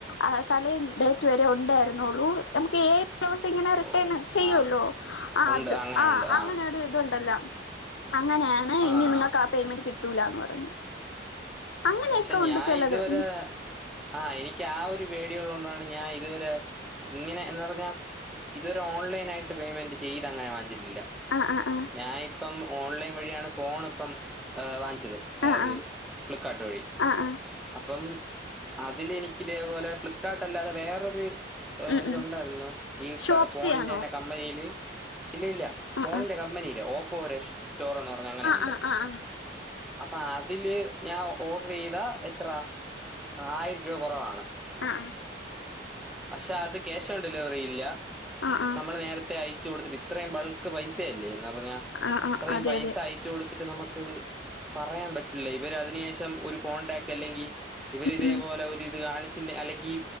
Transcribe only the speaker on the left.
ആഹ് തലേന്ന്. ഡേറ്റ് വരെ ഉണ്ടായിരുന്നുള്ളു. നമുക്ക് ഏഴ് ദിവസം ഇങ്ങനെ റിട്ടേൺ
ചെയ്യല്ലോ.
ആഹ്
അത്
ആഹ്
അങ്ങനെ
രു ണ്ടല്ലോ. അങ്ങനെയാണ്
ഇനി നിങ്ങക്ക്
ആഹ് പേയ്മെന്റ് കിട്ടൂലന്ന് പറഞ്ഞു. അങ്ങനെയൊക്കെ
ഉണ്ട്
ചിലത്
ഉം
ആ ആ ആ
ആ
ആ
ആ ആ
ഉം ഉം
ഷോപ്സി
ആണോ
ആ
ആ
ആ
ആ ആ ആ
അഹ്
ആ ആ
ആ
ആ അതെ
അതെ
ഉം